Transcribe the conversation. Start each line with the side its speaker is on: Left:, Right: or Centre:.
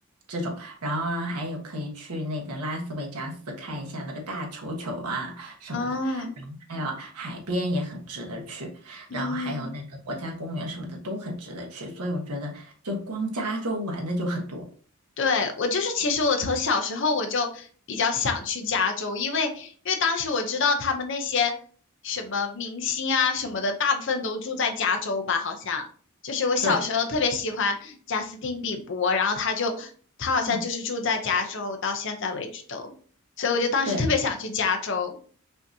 Right: 这种，然后啊还有可以去那个拉斯维加斯看一下那个大球球啊什么的。
Left: 嗯
Right: 还有海边也很值得去，
Left: 嗯。
Right: 然后还有那个国家公园什么的都很值得去，所以我觉得就光加州玩的就很多。
Left: 对，我就是，其实我从小时候我就比较想去加州，因为因为当时我知道他们那些什么明星啊什么的，大部分都住在加州吧，好像。就是我小时候特别喜欢贾斯汀比伯，
Right: 对，
Left: 然后他就他好像就是住在加州，
Right: 哦，
Left: 到现在为止都，所以我就当时特别想去加州。
Right: 对，